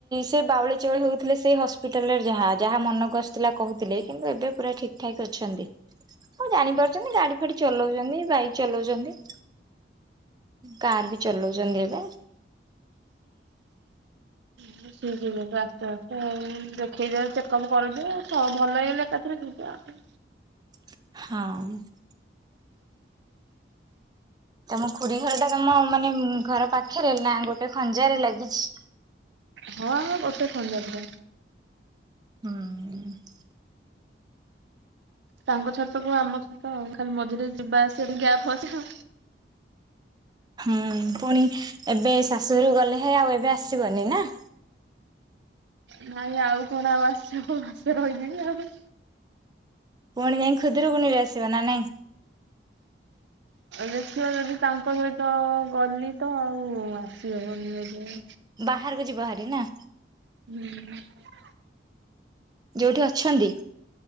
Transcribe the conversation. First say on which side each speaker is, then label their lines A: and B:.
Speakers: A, on the right; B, on the right.
A: ସେ ବାଉଳି ଚାଉଳି ହଉଥିଲେ ସେଇ ହସ୍ପିଟାଲ ରେ ଯାହା। ଯାହା ମନକୁ ଆସିଥିଲା କହୁଥିଲେ କିନ୍ତୁ ଏବେ ପୁରା ଠିକ୍। ଠାକ୍ ଅଛନ୍ତି। ହଁ ଜାଣିପାରୁଛନ୍ତି ଗାଡି ଫାଡି ଚଲଉଛନ୍ତି। ବାଇକ୍ ଚଲଉଛନ୍ତି। କାର୍ ବି ଚଲଉଛନ୍ତି ଏବେ।
B: ହୁଁ। ଠିକ୍ ହେଇ ଯାନ୍ତୁ ଆସ୍ତେ ଆସ୍ତେ ଆଉ। ଦେଖେଇ ଦେଇ ଚେକଅପ୍ କରିଦିଅ। ସେ ଭଲ ହେଇଗଲେ ଏକାଥରେ ଯିବେ ଆଉ।
A: ହଁ। ତମ ଖୁୁଡି ଘରଟା ତମ ମାନେ ଘର ପାଖରେ ନା ଗୋଟେ ଖଞ୍ଜାରେ ଲାଗିଛି?
B: ହଁ ହଁ, ଗୋଟେ ଖଞ୍ଜା ପୁରା।
A: ହୁଁ।
B: ତାଙ୍କ ଛାତ କୁ ଆମ ଛାତ ଆଉ। ଖାଲି ମଝିରେ ଯିବା ଆସିବା ପାଇଁ ଗ୍ୟାପ୍ ଅଛି।
A: ହୁଁ ପୁଣି ଏବେ ଶାଶୁଘରୁକୁ ଗଲେ ହେ ଆଉ ଏବେ ଆସିବନି ନା?
B: ନାଇଁ ଆଉ କଣ ଆଉ ଆସିହବ? ମାସେ ରହିଲିଣି ଆଉ।
A: ପୁଣି ଯାଇଁ ଖୁଦୁରୁକୁୁଣିରେ ବି ଆସିବ ନା ନାଇଁ?
B: ଦେଖିଆ ଯଦି ତାଙ୍କ ସହିତ ଗଲି ତ ଆଉ ଆସିହବନି ବୋଧେ।
A: ବାହାରକୁ ଯିବହାରି ନା?
B: ହୁଁ। <unintelligible>
A: ଯୋଉଠି ଅଛନ୍ତି